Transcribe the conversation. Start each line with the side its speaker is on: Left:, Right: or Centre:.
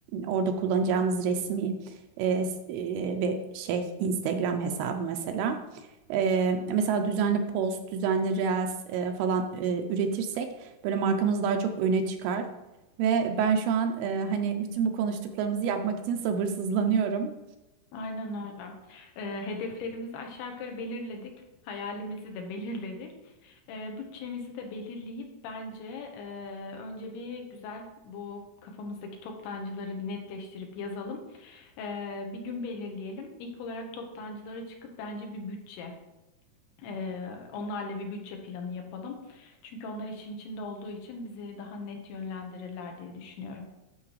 Right: orada kullanacağımız resmi e, s- e, ve şey Instagram hesabı mesela E, mesela düzenli post düzenli reels e, falan e, üretirsek böyle markamız daha çok öne çıkar ve ben şu an e, hani bütün bu konuştuklarımızı yapmak için sabırsızlanıyorum.
Left: Aynen öyle. Ee, hedeflerimizi aşağı yukarı belirledik. Hayalimizi de belirledik. Ee, bütçemizi de belirleyip bence e, önce bir güzel bu kafamızdaki toptancıları bir netleştirip yazalım. Ee, bir gün belirleyelim. İlk olarak toptancılara çıkıp bence bir bütçe, e, onlarla bir bütçe planı yapalım. Çünkü onlar için içinde olduğu için bizi daha net yönlendirirler diye düşünüyorum.